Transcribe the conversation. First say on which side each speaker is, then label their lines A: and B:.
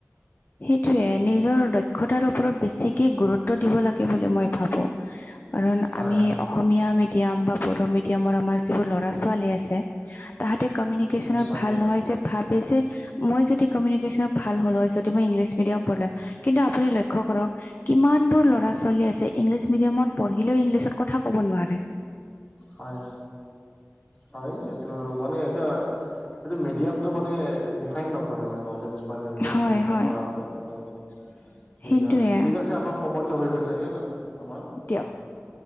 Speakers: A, on the left; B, on the left.
A: সেইটোৱে
B: ঠিক
A: নিজৰ দক্ষ দক্ষতাৰ ওপৰত বেছিকে গুৰুত্ব দিব লাগে বুলি মই ভাবোঁ। কাৰণ
B: হয়
A: আমি অসমীয়া মেডিয়াম বা বড়ো মেডিয়ামৰ আমাৰ যিবোৰ ল'ৰা ছোৱালী আছে। তাহাঁতে কমিউনিকেশ্বনত
B: নিশ্চয়
A: ভাল নহয় যে ভাবে যে মই যদি কমিউনিকেশ্বনত ভাল হ'লো হয় যদি মই ইংলিছ মিডিয়াম পঢ়িলো হয়, কিন্তু আপুনি লক্ষ্য কৰক কিমানবোৰ ল'ৰা ছোৱালী আছে ইংলিছ মিডিয়ামত পঢ়িলেও ইংলিছত কথা ক'ব নোৱাৰে।
B: হয়, হয় এইটো মানে এতিয়া এইটো মিডিয়ামটো মানে ডিফাইন নকৰে মানে নলেজ লেংগুৱেজ
A: হয়,
B: সেনেকে
A: হয়,
B: কৰাটো হয়, ঠিক
A: সেইটোৱে
B: আছে, ঠিক আছে আমাৰ সময়টো হৈ গৈছে সেই বা আমাৰ
A: দিয়ক
B: আৰু